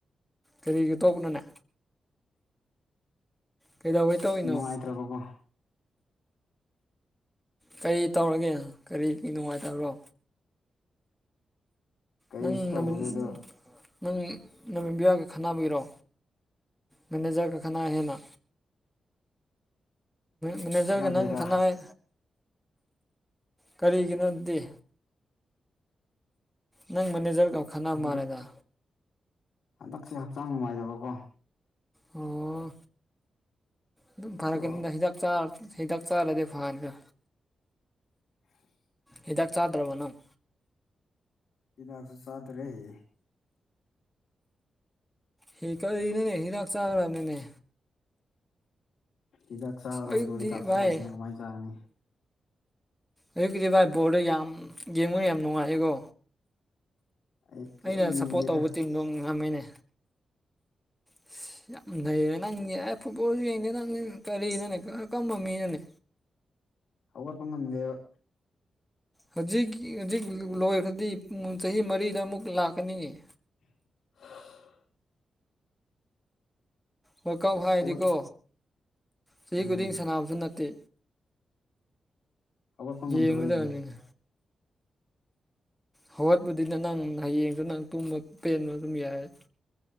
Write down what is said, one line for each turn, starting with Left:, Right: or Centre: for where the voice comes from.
Centre: ꯀꯔꯤꯒꯤ ꯇꯣꯛꯅꯣꯅꯦ ꯀꯩꯗꯧꯕꯩ ꯇꯧꯔꯤꯅꯣ
Left: ꯁ ꯅꯨꯡꯉꯥꯏꯇ꯭ꯔꯕꯀꯣ
Centre: ꯀꯔꯤ ꯇꯧꯔꯒꯦ ꯀꯔꯤ ꯅꯨꯡꯉꯥꯏꯇꯕ꯭ꯔꯣ
Left: ꯀꯩꯁꯨ
Centre: ꯅꯪ
Left: ꯇꯧꯗꯦ
Centre: ꯅꯃꯤ
Left: ꯑꯗꯣ
Centre: ꯅꯪ ꯅꯃꯤꯠꯕꯤꯔꯒ ꯈꯠꯅꯕꯒꯤꯔꯣ ꯃꯦꯅꯦꯖꯔ ꯒ ꯈꯟꯅꯩ ꯍꯥꯏꯅ ꯃꯦꯅꯦꯖꯔꯒ
Left: ꯀꯥꯟꯅꯗꯦꯗ
Centre: ꯅꯪ ꯀꯅꯥꯏ ꯀꯔꯤꯒꯤꯅꯣꯗꯤ ꯅꯪ ꯃꯅꯦꯖꯔ ꯈꯠꯅꯥ
Left: ꯍꯟꯗꯛ
Centre: ꯃꯥꯜꯂꯦꯗ
Left: ꯍꯟꯗꯛꯁꯦ ꯍꯛꯆꯥꯡ ꯅꯨꯡꯉꯥꯏꯗꯕꯀꯣ
Centre: ꯑꯣ ꯑꯗꯨꯝ ꯐꯥꯔꯛꯀ
Left: ꯇꯣ
Centre: ꯅꯤꯗ ꯍꯤꯗꯥꯛ ꯆꯥꯔ ꯍꯤꯗꯥꯛ ꯆꯥꯔꯗꯦ ꯐꯥꯟꯒ
Left: <inaudible>
Centre: ꯍꯤꯗꯥꯛ ꯆꯥꯗ꯭ꯔꯕꯅꯣ
Left: ꯍꯤꯗꯥꯛꯁꯨ ꯆꯥꯗꯔꯔꯦ
Centre: ꯍꯤ ꯀꯩꯅꯣꯅꯦ ꯍꯤꯗꯥꯛ ꯆꯥꯈ꯭ꯔꯕꯅꯤꯅꯦ
Left: ꯏꯛ ꯁꯥꯗꯕ
Centre: ꯑꯌꯨꯛꯇꯤ
Left: ꯏ ꯍꯥꯥꯛꯁꯨꯥꯏꯇ
Centre: ꯚꯥꯏ
Left: ꯅ ꯀꯃꯥꯏ ꯆꯒꯅꯤ
Centre: ꯑꯌꯛꯀꯤꯗꯤ ꯚꯥꯏ ꯕꯣꯔꯜꯗ ꯌꯥꯝ ꯌꯦꯡꯕ ꯌꯥꯝ ꯅꯨꯡꯉꯥꯏꯌꯦꯀꯣ
Left: ꯑꯩ
Centre: ꯑꯩꯅ ꯁꯞꯄꯣꯔꯠ
Left: ꯌꯦꯡꯗꯦꯗ
Centre: ꯇꯧꯕ ꯇꯤꯝꯗꯣ ꯉꯝꯃꯤꯅꯦ ꯑꯁ ꯌꯥꯝ ꯂꯩꯩꯔꯦ ꯅꯪꯗꯤ ꯑꯦ ꯐꯨꯠꯕꯣꯜꯁꯨ ꯌꯦꯡꯗꯦ ꯅꯪ ꯀꯔꯤꯅꯅꯦ ꯀꯔꯝꯕ ꯃꯤꯅꯅꯦ
Left: ꯍꯧꯒꯠꯄ ꯉꯝꯗꯦꯕ
Centre: ꯍꯧꯖꯤꯛ ꯍꯧꯖꯤꯛ ꯂꯣꯏꯈ꯭ꯔꯗꯤ ꯄꯨꯡ ꯆꯍꯤ ꯃꯔꯤꯗ ꯑꯃꯨꯛ ꯂꯥꯛꯀꯅꯤꯏꯤ
Left: <unintelligible>
Centre: ꯋꯥꯔꯀꯥꯞ
Left: ꯑꯁ
Centre: ꯍꯥꯏꯔꯗꯤꯀꯣ
Left: ꯍꯧꯒꯠ
Centre: ꯆꯍꯤ
Left: ꯎꯝ
Centre: ꯈꯨꯗꯤꯡ ꯁꯥꯟꯅꯕꯁꯨ ꯅꯠꯇꯦ
Left: ꯍꯧꯒꯠꯄ ꯉꯝꯗꯕꯩꯅꯤ
Centre: ꯌꯦꯡꯒꯗꯕꯅꯤꯅꯦ ꯍꯧꯒꯠꯄꯗꯤꯅ ꯅꯪ ꯍꯌꯦꯡꯁꯨ ꯅꯪ ꯇꯨꯝꯕ ꯄꯦꯟꯕ ꯑꯗꯨꯝ ꯌꯥꯏ